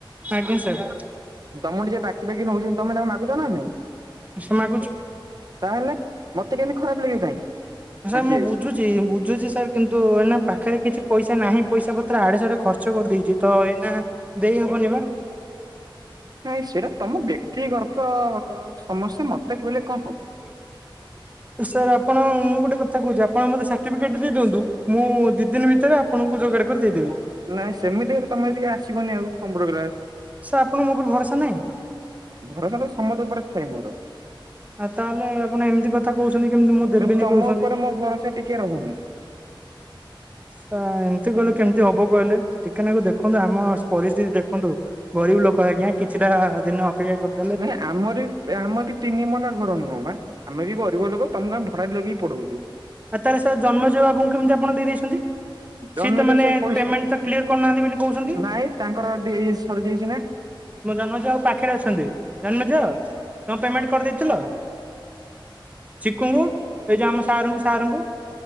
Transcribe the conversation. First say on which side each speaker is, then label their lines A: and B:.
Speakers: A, on the right; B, on the right.
A: ଆଜ୍ଞା ସାର୍
B: ତମ ଠୁ ଯିଏ ବାକି ଫାକି ନଉଚନ୍ତି ତମେ ତାକୁ ମାଗୁଚ ନା ନାଇଁ।
A: ସାର୍ ମାଗୁଚୁ।
B: ତାହେଲେ ମତେ କେମିତି ଖରାପ ଲାଗିବ କାହିଁକି?
A: ସାର୍
B: ମାଗିବାକୁ।
A: ମୁଁ ବୁଝୁଚି ବୁଝୁଚି ସାର୍ କିନ୍ତୁ ଏନା ପାଖରେ କିଛି ପଇସା ନାହିଁ ପଇସା ପତ୍ର ଆଡେ ସାଡେ ଖର୍ ଚ କରିଦେଇଚି ତ ଏଇନା ଦେଇହବନି ବା।
B: ନାଇଁ ସେଇଟା ତମ ବ୍ୟକ୍ତିଗରତ ସମସ୍ୟା ମତେ କହିଲେ କଣ ହବ।
A: <unintelligible> ସାର୍ ଆପଣ ମୁଁ ଗୋଟେ କଥା କହୁଚି ଆପଣ ମତେ ସାର୍ଟିଫିକେଟ ଦେଇ ଦିଅନ୍ତୁ ମୁଁ ଦି ଦିନ ଭିତରେ ଆପ୍ ଆପଣଙ୍କୁ ଯୋଗାଡ଼ କରି ଦେଇଦେବି।
B: ନାଇଁ ସେମିତି ହେଲେ ତମେ ଏଠିକି ଆସିବନି ଆଉ କମ୍ପ୍ୟୁଟର କ୍ଲାସ।
A: ସାର୍ ଆପଣଙ୍କ ମୋ ଉପରେ ଭରସା ନାହିଁ
B: ଭରସା ତ ସମସ୍ତ ଉପରେ ଥାଏ ମୋର।
A: ଆଉ ତାହେଲେ ଆପଣ ଏମିତି କଥା କହୁଛନ୍ତି କେମିତି ମୁଁ ଦେବିନି
B: ନା ତମ
A: କହୁଛନ୍ତି।
B: ଉପରେ ମୋ ଭରସା ଟିକେ ରହୁନି।
A: ସାର୍ ଏମିତି କହିଲେ କେମିତି ହବ କହିଲେ ଟିକେ ନାକୁ ଦେଖନ୍ତୁ ଆମ ପରିସ୍ଥିତି ଦେଖନ୍ତୁ ଗରିବ ଲୋକ ଆଜ୍ଞା କିଛିଟା ଦିନ ଅପେକ୍ଷା କରୁ
B: ନାଇଁ ଆମର ବି ଏ ଆମର ବି ତିନି ମହଲା ଘର ନୁହଁ ବା ଆମେ ବି ଗରିବ ଲୋକ ତମକୁ ଆମେ ଭଡା ଲଗେଇକି ପଢଉଚୁ
A: ଆଉ ତା ହେଲେ ସାର୍ ଜନ୍ମେଜୟ ବାବୁଙ୍କୁ କେମିତି ଆପଣ ଦେଇ ଦେଇଛନ୍ତି।
B: ଜନ୍ମେଜୟ
A: ସିଏ ତ ମାନେ
B: ସେ ପଇସା
A: ପେମେଣ୍ଟ ତ କ୍ଲିୟର କରୁନାହାନ୍ତି ବୋଲି କହୁଛନ୍ତି।
B: ନାଇଁ ତାଙ୍କର <unintelligible> ସରିଯାଇଛି ନା।
A: ମୋ ଜନ୍ମେଜୟ ବାବୁ ପାଖରେ ଅଛନ୍ତି ଜନ୍ମେଜୟ ତମେ ପେମେଣ୍ଟ କରିଦେଇଥିଲ। ଚିକୁଙ୍କୁ ଏଇ ଯୋଉ ଆମ ସାର୍ ଙ୍କୁ ସାରଙ୍କୁ।